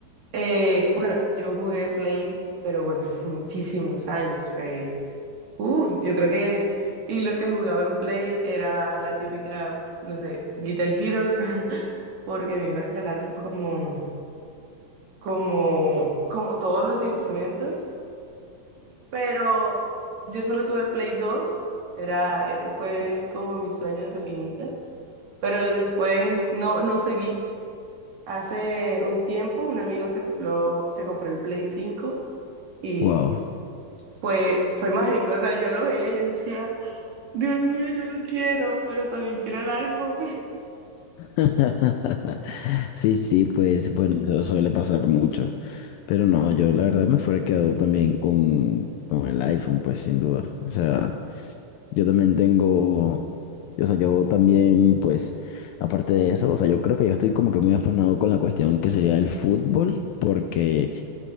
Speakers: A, on the right (about 55°); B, on the left (about 80°).
A: eh, bueno, yo jugué Play, pero bueno, hace muchísimos años, fue, uh, yo creo que, y lo que jugaba en Play era la típica, no sé, Guitar Hero, <laughs> porque a mí me regalaron como, como, como todos los instrumentos, pero yo solo tuve el Play 2 era, era- fue como mi sueño de pequeñita, pero después no, no seguí. Hace un tiempo un amigo se compró, se compró el Play 5 y
B: Wow.
A: fue, fue mágico. O sea, yo lo veía y yo decía, Dios mío, yo lo quiero, pero también quiero el iPhone.
B: <laughs> Sí, sí, pues bueno, eso suele pasar mucho. Pero no, yo la verdad me fuera quedado también con, con el iPhone, pues sin duda. O sea, yo también tengo, o sea, yo también, pues, aparte de eso, o sea, yo creo que yo estoy como que muy afanado con la cuestión que sería el fútbol, porque